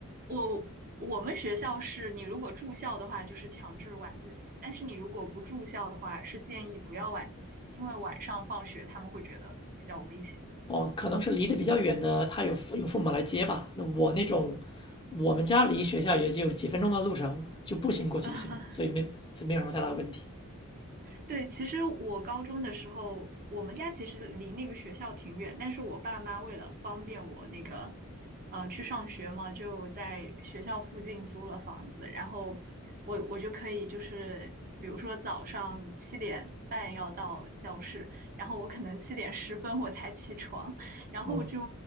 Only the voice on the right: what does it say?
我我们学校是你如果住校的话就是强制晚自习，但是你如果不住校的话是建议不要晚自习，因为晚上放学他们会觉得比较危险。
<laughs>
对，其实我高中的时候，我们家其实离那个学校挺远，但是我爸妈为了方便我那个，呃，去上学嘛，就在学校附近租了房子，然后我我就可以就是，比如说早上七点半要到教室，然后我可能七点十分我才起床，然后就